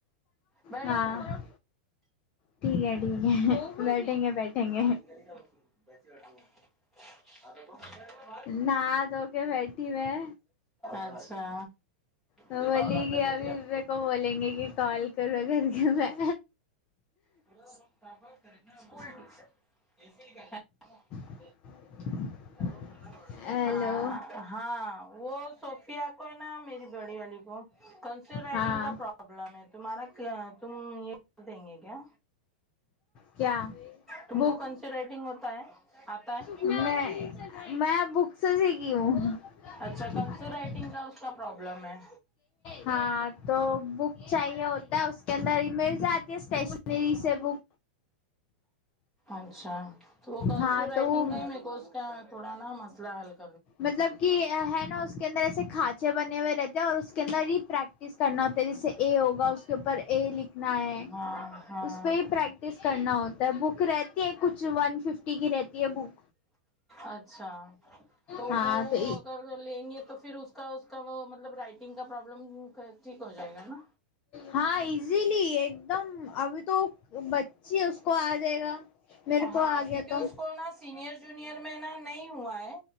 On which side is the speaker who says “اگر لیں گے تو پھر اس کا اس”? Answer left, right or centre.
Centre